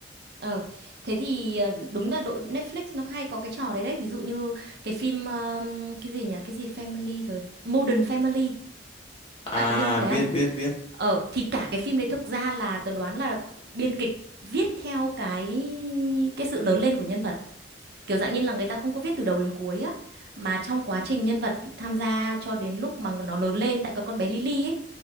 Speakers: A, on the right (about 65°); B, on the left (about 35°).
A: Ờ, thế thì ờ, đúng là đội Netflix nó hay có cái trò đấy đấy, ví dụ như cái phim um, cái gì nhỉ? Cái gì Family rồi, Modern Family.
B: à
A: Bạn có biết phim đấy
B: biết
A: không?
B: biết biết
A: Ờ thì cả cái phim đấy thực ra là tớ đoán là biên kịch viết theo cái cái sự lớn lên của nhân vật. kiểu dạng như là người ta không có viết từ đầu đến cuối á mà trong quá trình nhân vật tham gia cho đến lúc mà nó lớn lên tại cái con bé Lily ấy